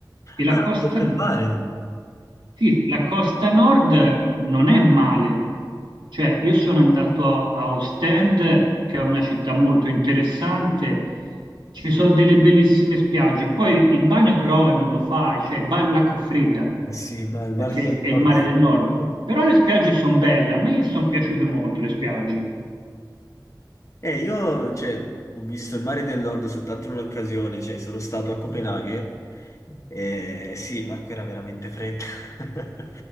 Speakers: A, on the right; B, on the left.
A: e la
B: Ah,
A: costa...
B: tocca il mare.
A: Sì, la costa nord non è male, cioè io sono andato a Ostend, che è una città molto interessante, ci sono delle bellissime spiagge, poi il bagno però non lo fai, cioè il ba- l'acqua è fredda,
B: Eh sì, ma il mare
A: perché
B: del
A: è
B: nord.
A: il mare del nord,
B: <laughs>
A: però le spiagge sono belle, a me lì sono piaciute molto le spiagge.
B: Eh, io, cioè, ho visto il mare del Nord soltanto in un'occasione, cioè, sono stato a Copenaghen e sì, l'acqua era veramente fredda. <laughs>